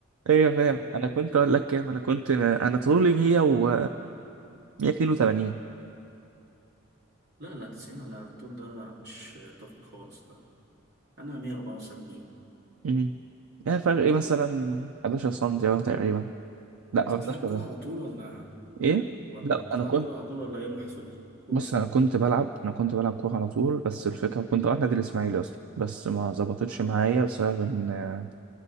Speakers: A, on the right; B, on the right.
A: ايوه فاهم
B: <laughs>
A: انا كنت اقول لك كام انا كنت انا طولي 100 و 182
B: لا لا 90 على الطول ده مش تخن خالص ده أنا 174
A: امم يعني فرق ايه مثلا 11 سم اهو تقريبا لا
B: أنت بتلعب
A: 11
B: كورة
A: ده.
B: على طول ولا
A: ايه
B: ولا
A: لا
B: بتلعب
A: انا كنت
B: كورة على طول ولا يوم واحد في الأسبوع كورة
A: بص انا كنت بلعب انا كنت بلعب كوره على طول بس الفكره كنت رايح نادي الاسماعيلي اصلا بس ما ظبطتش معايا بسبب ان